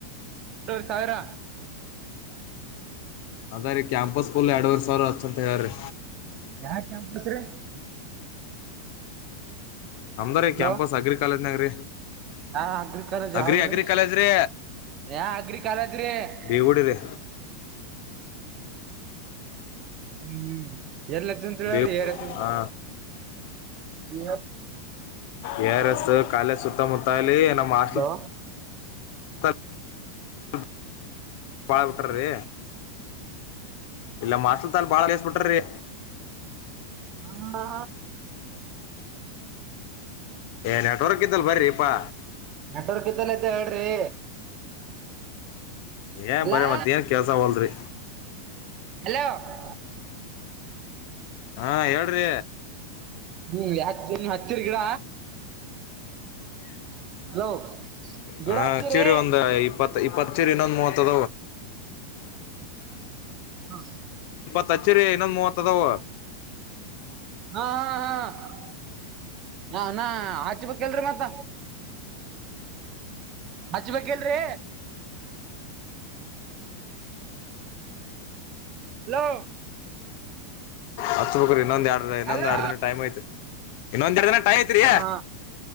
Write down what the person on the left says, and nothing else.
ಹದ ರೀ ಕ್ಯಾಂಪಸ್ಫುಲ್ ಎರಡುವರೆ ಸಾವ್ರ ಹಚ್ಚನ್ ಆರಿ
ನಮ್ದ ರೀ
ಕ್ಯಾಂಪಸ್ ಅಗ್ರಿ ಕಾಲೇಜ್ನಾಗ ರೀ
ಅಗ್ರಿ
ಅಗ್ರಿ ಕಾಲೇಜ್ ರೀ
ಬೇಗುಡಿ ರೀ
ಬೇವು
ಹಾ
ಯ ರಸ್ ಕಾಲ ಸುತ್ತಮುತ್ತಲ್ಲ
ಪ್ಲ <unintelligible> ಬಾಳ ಬಿಟ್ರ್ರೀ ಇಲ್ಲ ಮಾರ್ಷಲ್ ತಾಲ್ ಬಾಳ ಬಿಡ್ರಿ
ಏ ನೆಟ್ವರ್ಕ್ ಇದ್ದಲ್ ಬರಿಪಾ
ಏ
ಬರ ಮತ್ತ ಏನ್ ಕೆಲ್ಸ ಹೋಲ್ರಿ
ಹಾ ಹೇಳ್ರಿ
ಹ
ಚೀರಿ ಒಂದು ಇಪ್ಪತ್ತು ಇಪ್ಪತ್ ಚೀರಿ ಇನ್ನೊಂದು ಮೂ ಮತ್ತದ
ಹಚ್ಚಿರಿ ಇನ್ನು ಒಂದು ಮೂವತ್ತ ಅದಾವ
ಹಚ್ ಬೇಕ್ರಿ ಇನ್ನೊಂದು ಎರಡು ಇನ್ನೊಂದು
ಎಡು ದಿನ ಟೈಮ್ ಐ ತಿ ಇನ್ನೊಂದೆಡು ದಿನ ಟೈಮ್ ಐತ್ರಿ